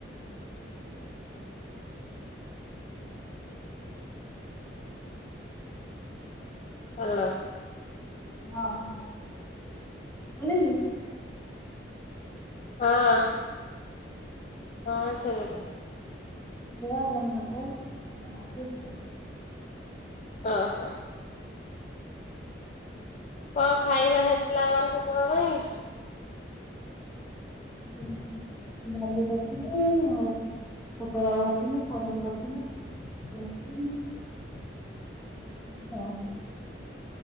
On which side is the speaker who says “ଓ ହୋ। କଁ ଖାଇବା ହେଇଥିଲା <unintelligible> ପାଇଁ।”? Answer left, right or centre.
Left